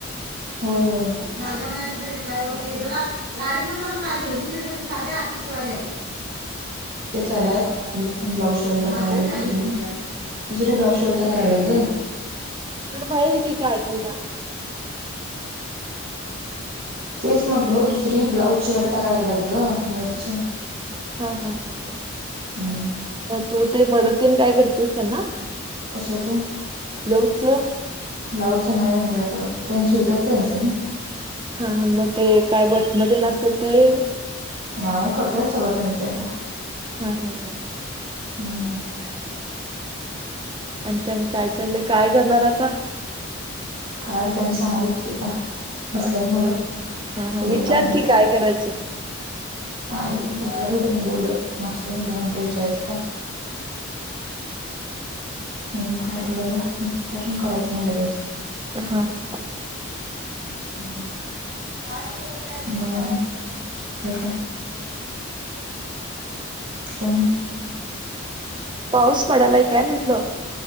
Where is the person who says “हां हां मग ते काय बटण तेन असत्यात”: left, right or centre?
Right